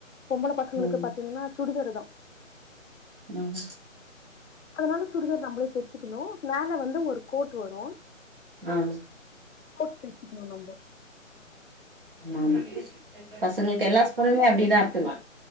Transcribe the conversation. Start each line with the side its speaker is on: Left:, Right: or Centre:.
Left: பொம்பள பசங்களுக்கு
Right: ம்
Left: பாத்தீங்கனா சுடிதாருதா
Right: ம்
Left: அதனால சுடிதார் நம்மளே தச்சிக்கணும் மேலே வந்து ஒரு கோர்டு வரும்
Right: ம்
Left: கோட்டு தெச்சிக்கலாம் நம்ப
Right: ஆமா ஆமா பசங்களுக்கு எல்லா ஸ்கூல்லுமே அப்டிதான் இருக்குது